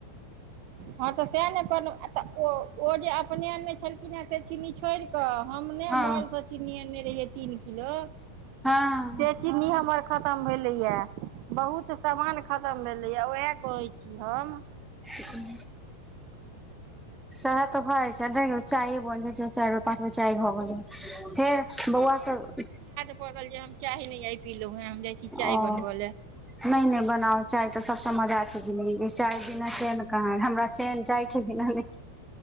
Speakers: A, on the right; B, in the centre.
A: हँ तऽ सहाए ने कहलहूँ आ-तऽ ओ-ओ जे अपने अनने छलखिन हें से चीनी छोडि तऽ हमनै
B: छै हँ
A: मॉलसँ चीनी अनने रहियै तीन किलो
B: हाँ
A: से चीनी हमर खतम भेलै या बहुत सामान खतम भेलै या ओहाए कहै छी हम
B: <unintelligible> सहाए तऽ भए जाइ छै देखियौ चारि बाजै छै चारि बेर पाँच बेर चाय भए गेलै फेर बौआ सब
A: कहलक जे हम चाय नै आय पीलौं हन हम जाइ छी चाय
B: ओ
A: बनबय
B: नहि
A: लए
B: नहि बनावउ चाय तऽ सबसे मजा छै जिंन्दगीके चाय बिना चेन्न कहाँ रे हमरा चेन्न चायके बिना नहि